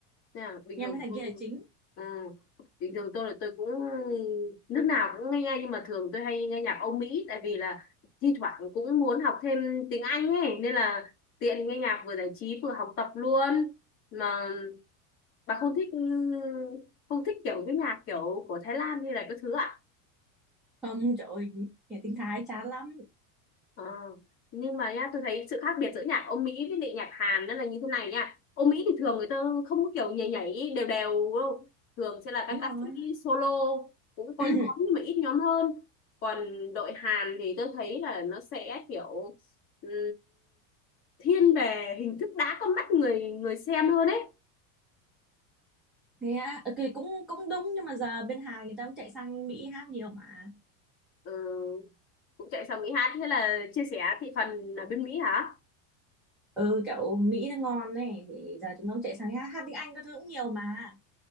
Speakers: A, on the left; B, in the centre.
A: Thế à, bình
B: nghe
A: thường
B: mấy thằng
A: tôi,
B: kia là chính
A: à, bình thường tôi là tôi cũng nước nào cũng nghe nhưng mà thường tôi hay nghe nhạc Âu Mỹ tại vì là thi thoảng cũng muốn học thêm tiếng Anh ấy nên là tiện nghe nhạc vừa giải trí vừa học tập luôn. Mà bà không thích ừ, không thích kiểu cái nhạc kiểu của Thái Lan hay là cái thứ ạ?
B: không trời ơi nghe tiếng Thái chán lắm
A: Ờ, nhưng mà nhá tôi thấy sự khác biệt giữa nhạc Âu Mỹ với lại nhạc Hàn nó là như thế này nha Âu Mỹ thì thường người ta không có kiểu nhảy nhảy đều đều đâu thường sẽ là các
B: đúng
A: ca
B: rồi
A: sĩ solo cũng có
B: <clears throat>
A: nhóm nhưng mà ít nhóm hơn còn đội Hàn thì tôi thấy là nó sẽ kiểu ừm, thiên về hình thức đã con mắt người người xem hơn ấy
B: thế á, ok cũng cũng đúng nhưng mà giờ bên Hàn người ta cũng chạy sang Mỹ hát nhiều mà
A: ừ, cũng chạy sang Mỹ hát thế là chia sẻ thị phần ở bên Mỹ hả
B: ừ kiểu Mỹ nó ngon này thì giờ chúng nó chạy sang hát, hát tiếng Anh các thứ cũng nhiều mà